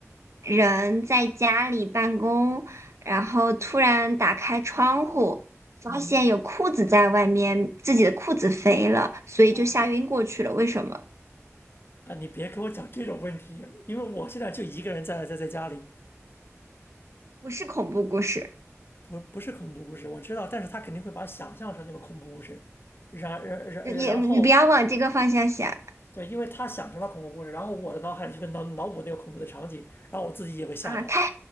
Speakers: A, on the right; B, on the left.
A: 人在家里办公，然后突然打开窗户，发现有裤子在外面，
B: 嗯，
A: 自己的裤子飞了，所以就吓晕过去了。
B: 哦
A: 为什么？
B: 啊，你别给我讲这种问题，因为我现在就一个人在在在家里，
A: 不是恐怖故事，
B: 不不是恐怖故事，我知道，但是他肯定会把它想象成那个恐怖故事，然然然然后
A: 呃也你不要往这个方向想
B: 对，因为他想成了恐怖故事，然后我的脑海里就会脑脑补那个恐怖的场景，然后我自己也会吓到。
A: 啊。他